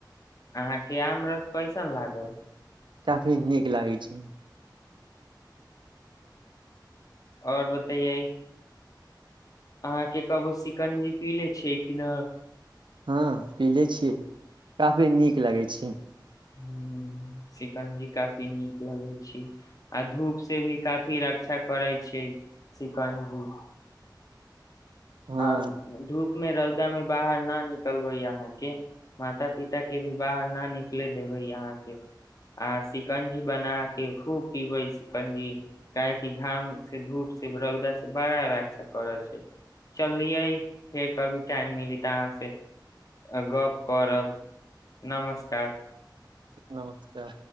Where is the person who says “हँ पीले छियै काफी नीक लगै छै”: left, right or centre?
Right